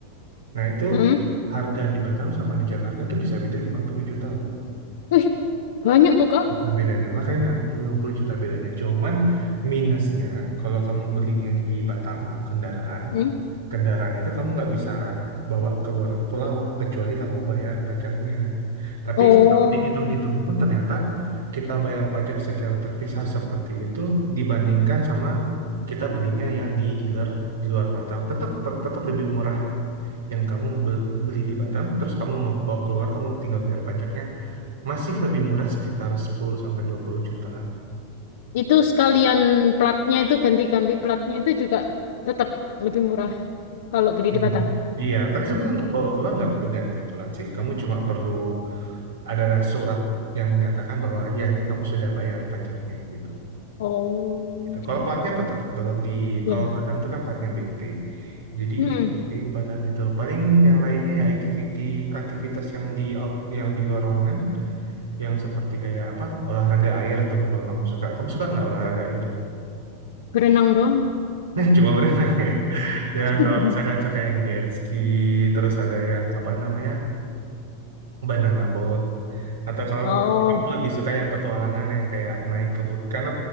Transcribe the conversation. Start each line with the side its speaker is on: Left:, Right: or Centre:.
Right: Nah itu
Left: Hmm.
Right: harga di Batam sama di Jakarta tuh bisa beda 50 juta loh.
Left: Wih banyak tuh kak.
Right: Juta bedanya. Makanya 50 juta bedanya. Cuman minusnya kalau kamu belinya di Batam kendaraan,
Left: Hmm.
Right: kendaraan itu kamu nggak bisa bawa keluar pulau kecuali kamu bayar pajaknya. Tapi
Left: Oh
Right: dihitung-hitung pun ternyata kita bayar pajak secara terpisah seperti itu dibandingkan sama kita belinya yang di dealer di luar Batam tetap tet- tetap lebih murah yang kamu be- beli di Batam terus kamu mau bawa keluar kamu tinggal bayar pajaknya masih lebih murah sekitar 10 sampai 20 jutaan.
Left: itu sekalian platnya itu ganti-ganti platnya itu juga tetap lebih murah kalau beli
Right: Hmm.
Left: di Batam.
Right: Iya, tapi sebenarnya untuk bawa keluar nggak perlu ganti pelat sih. Kamu cuma perlu ada surat yang menyatakan bahwa ya ini kamu sudah bayar pajaknya gitu.
Left: Oh,
Right: Gitu.
Left: gitu.
Right: Kalau platnya tetap tetap di
Left: Ya,
Right: kalau
Left: ya.
Right: Batam itu kan platnya BP. Jadi
Left: Hmm.
Right: itu sih Batam itu. Paling yang lainnya ya activity aktivitas yang di out, yang di luar ruangan yang seperti kayak apa? Olahraga air tuh kalau kamu suka. Kamu suka nggak olahraga air?
Left: Berenang dong.
Right: <laughs> Cuma berenang ya. Ya,
Left: <laughs>
Right: kalau misalkan suka yang jet ski, terus ada yang apa namanya? banana boat atau kalau
Left: Oh,
Right: kok aku lebih suka yang petualangan yang kayak naik ke bukit karena